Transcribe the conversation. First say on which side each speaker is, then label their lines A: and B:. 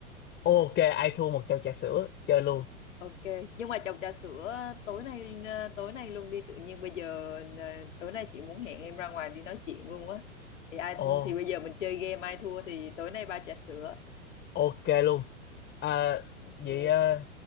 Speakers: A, on the left; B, on the left.
A: Ok ai thua một chầu trà sữa Chơi luôn
B: ok nhưng mà chồng trà sữa tối nay ờ, tối nay luôn đi tự nhiên bây giờ ờ, tối nay chị muốn hẹn em ra ngoài đi nói chuyện luôn á thì ai
A: Ồ
B: thì bây giờ mình chơi game ai thua thì tối nay ba trà sữa
A: ok luôn Ờ
B: ok
A: Vậy ờ,